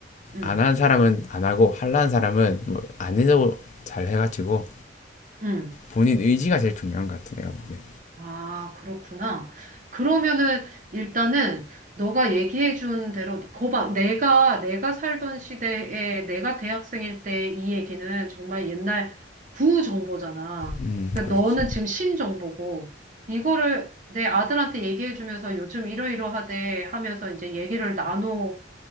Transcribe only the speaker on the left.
안 하는 사람은 안 하고 할라는 사람은 뭐 안 해도 잘 해가지고
본인 의지가 제일 중요한 것 같아 내가 보기엔.
음
그렇지.